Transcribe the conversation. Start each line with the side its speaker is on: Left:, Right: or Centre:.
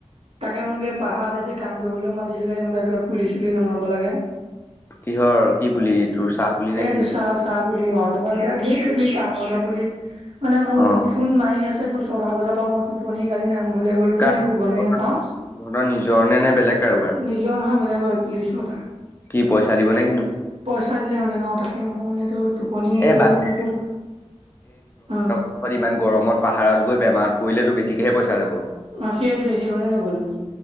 Right: তাকে, মোকে পাহাৰত আজি কাম কৰিবলৈও মাতিছিলে, এনেকুৱা কিবা পুলি চুলি নমাব লাগে।
Left: কিহৰ? কি পুলি? তোৰ চাহ পুলি নে
Right: এইটো
Left: কি
Right: চাহ চাহ পুলি সিহঁতৰ পৰা এইবিলাক ঢেৰ কিবা কিবি তামোল পুলি মানে মোৰ
Left: অ
Right: ফোন মাৰি আছে, তোৰ ছটা বজাৰ পৰা মোৰ টোপনি কালি নামঘৰলে গলোঁ
Left: কাৰ
Right: যেন একো
Left: তহঁতৰ
Right: গমেই নেপাওঁ। নিজ
Left: নিজৰ নে নে বেলেগ কাৰোবাৰ
Right: নিজৰ নহয়, বেলেগই পুলিচ মটাৰ।
Left: কি পইচা দিবনে কিনো?
Right: পইচা দিলেহঁতেন অ' তাকে, মই মানে তোৰ টোপনিয়েই
Left: এ
Right: গলোঁ
Left: বাদ
Right: মানে
Left: দে
Right: একো উম।
Left: এইফালে ইমান গৰমত, পাহাৰত গৈ বেমাৰত পৰিলে তোৰ বেছিকেহে পইচা যাব।
Right: অ' সেইটোৱেই সেইকাৰণে ন'গলো।